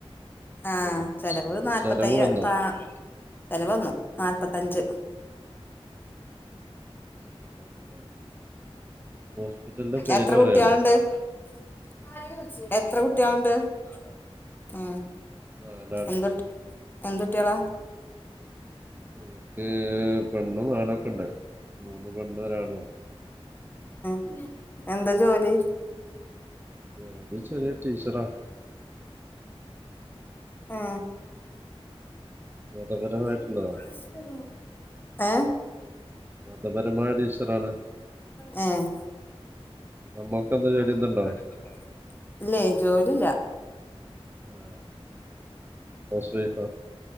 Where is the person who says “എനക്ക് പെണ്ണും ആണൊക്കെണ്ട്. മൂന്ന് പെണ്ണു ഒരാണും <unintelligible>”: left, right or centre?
Right